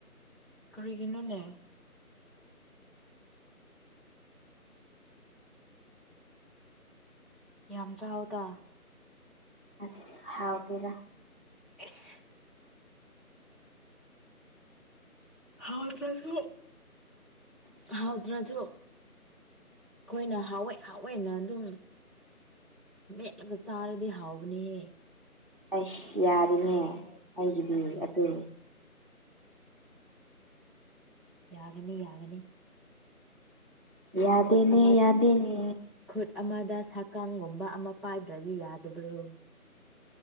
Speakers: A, in the centre; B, on the right.
A: ꯀꯔꯤꯒꯤꯅꯣꯅꯦ꯫ ꯌꯥꯝ ꯆꯥꯎꯗꯥ꯫
B: ꯑꯁ ꯍꯥꯎꯇꯦꯗ꯫
A: ꯏꯁ꯫ ꯍꯥꯎꯇ꯭ꯔꯁꯨ ꯍꯥꯎꯇ꯭ꯔꯖꯨ ꯑꯩꯈꯣꯏꯅ ꯍꯥꯎꯋꯦ ꯍꯥꯎꯋꯦꯅ ꯑꯗꯨꯝ꯫ ꯃꯦꯠꯂꯒ ꯆꯥꯔꯗꯤ ꯍꯥꯥꯎꯕꯅꯦꯍꯦ꯫
B: ꯑꯩꯁ ꯌꯥꯔꯦꯅꯦ ꯑꯩꯒꯤꯗꯤ ꯑꯗꯨ꯫
A: ꯌꯥꯒꯅꯤ ꯌꯥꯒꯅꯤ꯫
B: ꯌꯥꯗꯦꯅꯦ
A: ꯈꯨꯠ ꯑꯃ
B: ꯌꯥꯗꯦꯅꯦ꯫
A: ꯈꯨꯠ ꯑꯃꯗ ꯁꯥꯀꯥꯡꯒꯨꯝꯕ ꯑꯃ ꯄꯥꯏꯗ꯭ꯔꯗꯤ ꯌꯥꯗꯕ꯭ꯔꯣ꯫